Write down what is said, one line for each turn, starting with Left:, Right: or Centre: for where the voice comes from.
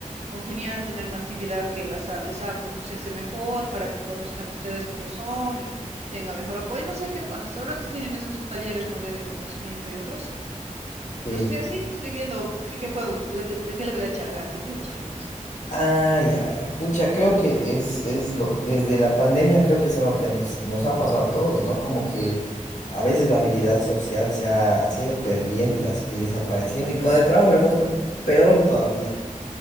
Right: congeniar, tener una actividad que las, ha- les haga conocerse mejor, para que conozcan ustedes cómo son y tenga mejor apoyo. No sé qué pajas, ahora tienen esos talleres, no ve, de conocimiento y otros. Entonces,
Left: sí.
Right: estoy así, estoy viendo qué, qué puedo, le- de qué le voy a charlar, de qué le charlo así.
Left: Ah, ya, ya, pucha, creo que es, es lo, desde la pandemia creo que es algo que nos, nos ha pasado a todos, ¿no? Como que a veces la habilidad social se ha, se ha ido perdiendo y, das- y desapareciendo, y con el trabajo remoto, peor todavía.